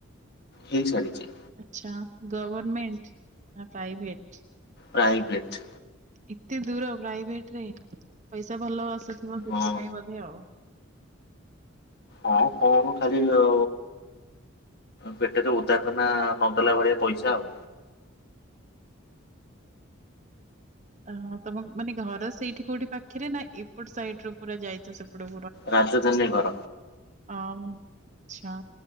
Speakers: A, on the left; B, on the right.
A: ହେଇ ସାରିଛି।
B: ଆଚ୍ଛା ଗଭର୍ମେଣ୍ଟ ନା ପ୍ରାଇଭେଟ?
A: ପ୍ରାଇଭେଟ୍।
B: ଏତେ ଦୂର ପ୍ରାଇଭେଟ ରେ ପଇସା ଭଲ ଆସୁଥିବ ସେଥିପାଇଁ
A: ହଁ
B: ବୋଧେ ଆଉ।
A: ହଁ କଣ ଖାଲି ଆ ପେଟରେ ଓଦା କନା ଦେଲା ଭଳିଆ ପଇସା ଆଉ।
B: ଓହଁ ତମ ମାନେ ଘର ସେଇଠି କୋଉଠି ପାଖରେ ନା ଏପଟ ସାଇଡ ରୁ ପୁରା ଯାଇଛ ସେ? ଏ ପ
A: ରାଜଧାନୀ ଘର
B: ଆ ଆଛା